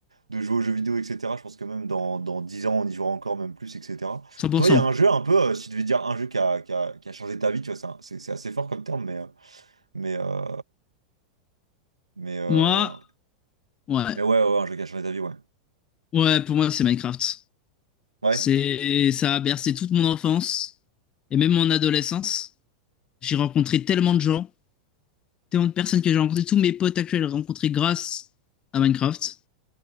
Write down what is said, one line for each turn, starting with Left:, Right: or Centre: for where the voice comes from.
Right: de jouer aux jeux vidéo, etc. Je pense que même dans, dans 10 ans, on y jouera encore même plus, etc.
Left: 100%.
Right: Toi, il y a un jeu un peu, euh, si tu devais dire un jeu qui a, qui a, qui a changé ta vie, tu vois, c'est un- c'est c'est assez fort comme terme, mais, euh, mais, euh, mais, euh,
Left: Moi, ouais.
Right: mais ouais, ouais, ouais, un jeu qui a changé ta vie, ouais.
Left: Ouais, pour moi, c'est Minecraft.
Right: Ouais,
Left: C'est, ça a bercé toute mon enfance et même mon adolescence. J'ai rencontré tellement de gens, tellement de personnes que j'ai rencontrées. Tous mes potes actuels rencontrés grâce à Minecraft.